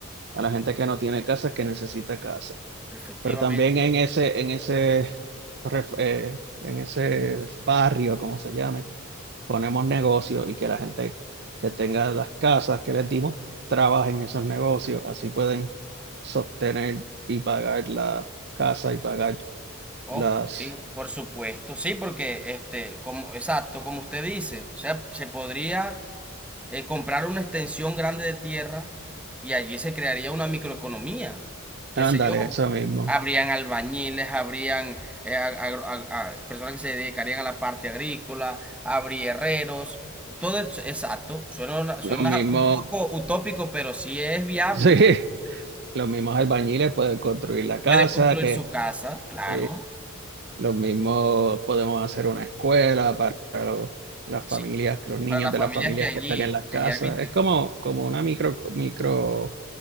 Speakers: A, on the right; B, in the centre.
A: a la gente que no tiene casas, que necesita casa.
B: Efectivamente.
A: Pero también en ese, en ese, ref- eh, en ese barrio, como se llame, ponemos negocios y que la gente que tenga las casas que les dimos trabaje en esos negocios. Así pueden sostener y pagar la casa y pagar
B: Ok,
A: las...
B: por supuesto. Sí, porque este, como, exacto, como usted dice, o sea, se podría eh, comprar una extensión grande de tierra y allí se crearía una microeconomía, qué
A: Ándale,
B: sé yo.
A: eso mismo.
B: Habrían albañiles, habrían eh, ag- agro- ag- a- personas que se dedicarían a la parte agrícola, habría herreros, todo eso, exacto, suena, una- suena
A: Lo mismo,
B: un poco utópico, pero sí es viable.
A: <laughs> sí. Los mismos albañiles pueden construir la casa,
B: Puede construir
A: que
B: su casa, claro,
A: Sí, los mismos podemos hacer una escuela para los- las
B: sí,
A: familias, los niños
B: para las
A: de
B: familias
A: las familias
B: que allí,
A: que están en las casas.
B: que allí habiten.
A: Es como, como una micro, microeconomía.